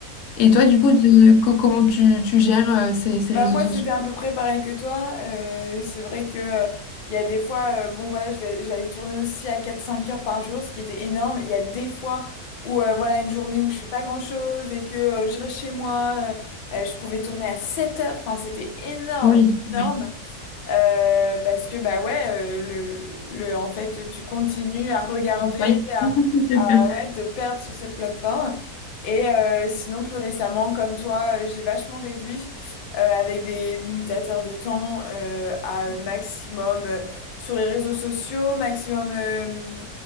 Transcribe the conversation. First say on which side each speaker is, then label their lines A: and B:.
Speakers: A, on the left; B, on the left.
A: Et toi, du coup, de- co- comment tu, tu gères euh, ces, ces
B: Bah
A: réseaux
B: moi,
A: sociaux?
B: c'était à peu près pareil que toi. euh, c'est vrai que euh, il y a des fois, euh, bon voilà, je vais, j'allais tourner aussi à quatre cinq heures par jour, ce qui était énorme. Il y a des fois où euh, voilà, une journée où je fais pas grand-chose et que euh, je reste chez moi, euh, euh, je pouvais tourner à 7 heures. Enfin, c'était énorme,
A: Oui,
B: énorme.
A: oui.
B: Euh, parce que bah ouais euh, le, le en fait tu continues à regarder
A: Oui.
B: à,
A: <laughs>
B: à, ouais te perdre sur cette plateforme et euh, sinon plus récemment comme toi euh, j'ai vachement réduit euh, avec des limitateurs de temps euh, à euh, maximum euh, sur les réseaux sociaux maximum euh,